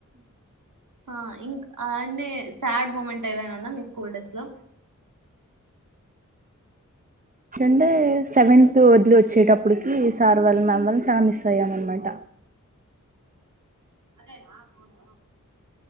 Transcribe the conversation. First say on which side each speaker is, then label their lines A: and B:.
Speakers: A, on the right; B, on the right.
A: ఆ ఇంక్ అండి సాడ్ మూమెంట్ ఏదైనా ఉందా స్కూల్ డేస్ లో
B: ఏంటంటే సెవెంత్ వదిలి వచ్చేటప్పటికి సార్ వాళ్ళన్ మ్యామ్ వాళ్ళన్ చాలా మిస్ అయ్యాం అన్నమాట.
A: అదే నా ఫోను